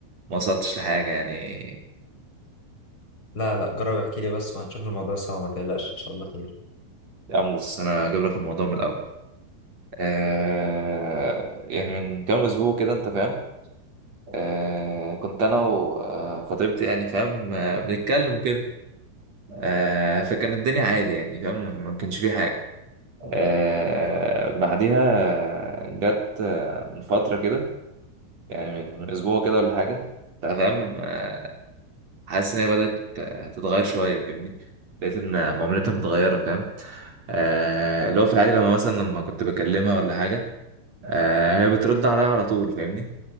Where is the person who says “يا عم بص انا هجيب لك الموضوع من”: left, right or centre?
Right